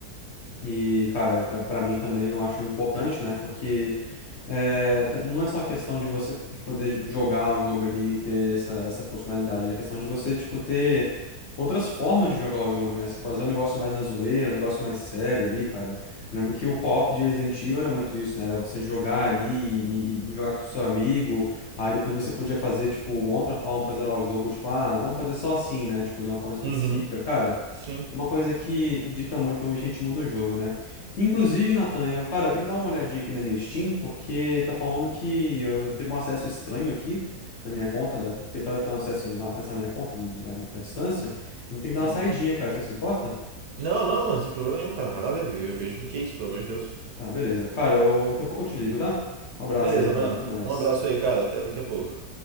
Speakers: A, on the left; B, on the right.
A: E, cara, pra, pra mim também eu acho importante, né? Porque. É, t- não é só questão de você poder jogar o jogo ali e ter essa, essa funcionalidade, né? É questão de você, tipo, ter outras formas de jogar o jogo, né? Você fazer um negócio mais na zoeira, um negócio mais sério ali, cara. Eu lembro que o co-op de Resident Evil era muito isso, né? Era você jogar ali e, e- e jogar com o seu amigo. Aí depois você podia fazer, tipo, uma outra forma pra zerar o jogo, tipo, ah, vamos fazer só assim, né? Tipo, de uma forma específica.
B: Uhum,
A: Cara,
B: sim.
A: uma coisa que dita muito o ritmo do jogo, né? Inclusive, Nathan, eu, cara, eu tenho que dar uma olhadinha aqui na minha Steam, porque tá falando que eu teve um acesso estranho aqui na minha conta, da, tentaram ter um acesso, acessar a minha conta de- à, à distância. Eu vou ter que dar
B: Uhum.
A: uma saidinha, cara, você se importa?
B: Não, não, mano, sem problema nenhum, cara. Vai lá ver, eu vejo o que que é isso, pelo amor de Deus.
A: Tá, beleza. Cara, eu- daqui a pouco eu te ligo, tá? Um abraço
B: Beleza,
A: aí, velho.
B: mano.
A: Até mais.
B: Um abraço aí, cara. Até daqui a pouco.